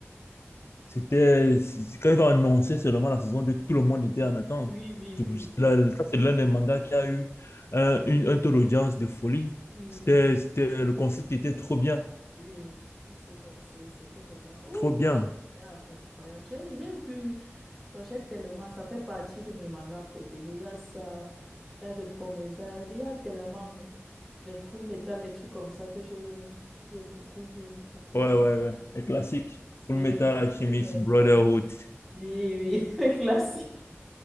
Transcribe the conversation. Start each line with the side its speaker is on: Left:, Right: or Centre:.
Left: C'était, c'est- quand ils ont annoncé seulement la saison deux tout le monde était en attente.
Centre: Oui, oui,
Left: C'est
Centre: oui,
Left: pour cela-
Centre: oui,
Left: Ça, c'est l'un des mangas qui a eu un, une- un taux d'audience de folie.
Centre: oui,
Left: C'était,
Centre: oui,
Left: c'était, le concept était
Centre: c'est
Left: trop
Centre: incroyable.
Left: bien,
Centre: Oui, ils se dansaient, c'était vraiment, ouf,
Left: trop bien.
Centre: incroyable, incroyable. J'ai, j'ai vu, donc j'ai tellement, ça fait partie de mes mangas préférés. Il y a ça, il y a de Promesailles, il y a tellement les full metal, les trucs comme ça que j'ai, j'ai beaucoup vu, beaucoup
Left: Ouais,
Centre: vu.
Left: ouais, ouais. Les classiques.
Centre: Oui,
Left: Full Metal
Centre: les classiques,
Left: Alchemist,
Centre: vraiment.
Left: Brotherhood.
Centre: Oui, oui, <laughs> les classiques.